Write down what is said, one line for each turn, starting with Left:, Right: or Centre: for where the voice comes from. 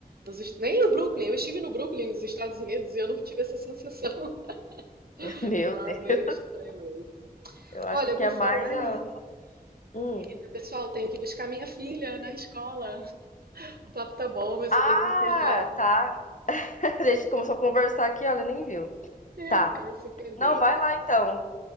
Right: nos est- Nem o Brooklyn, eu estive no Brooklyn, nos Estados Unidos, e eu não tive essa sensação.
Left: <laughs>
Right: <laughs>
Left: Meu
Right: Lá
Left: Deus,
Right: é meio estranho mesmo.
Left: eu acho
Right: Olha,
Left: que
Right: por
Left: é
Right: falar
Left: mais a.
Right: em.
Left: Hum.
Right: Menina, Pessoal, tenho que buscar minha filha na escola. O papo tá bom, mas
Left: Ah,
Right: eu tenho que encerrar.
Left: tá. <laughs> A gente começou a conversar aqui, olha, nem viu.
Right: É,
Left: Tá.
Right: cara, se perdeu.
Left: Não, vai lá então.